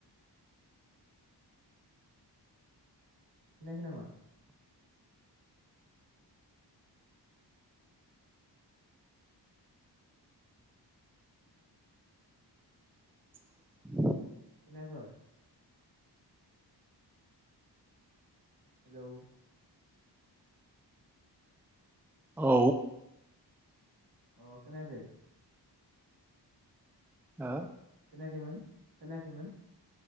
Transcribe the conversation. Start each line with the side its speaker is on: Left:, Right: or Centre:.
Right: खोनायाखै नामा?
Centre: <inaudible>
Right: खोनायाखय? हेलौ
Centre: औ
Right: अ' खोनायाखै?
Centre: आ
Right: खोनायाखैमोन खोनायाखैमोन?